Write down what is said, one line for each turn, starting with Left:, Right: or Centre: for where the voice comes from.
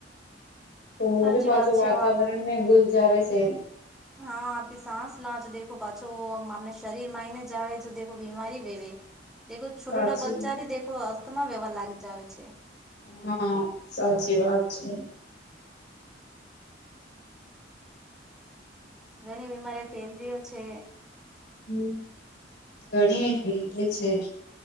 Left: તો વોભી
Centre: સાચી
Left: પાચો
Centre: વાત
Left: વાતાવરણ
Centre: છે આમ.
Left: ને ગુલજાવે છે.
Centre: હા આપી સાસ લાછ દેખો પાછો આપને શરીર માઈને જ આવે જો દેખો બીમારી બેવે દેખો છોરોડા
Left: સાચી
Centre: બચ્ચારી
Left: વાત.
Centre: દેખો અસ્તમા વ્યહ લાગ જાવે છે.
Left: હા સાચી વાત છે.
Centre: ઘણી બીમારી <unintelligible> છે.
Left: હમ ઘણી ભીંધી છે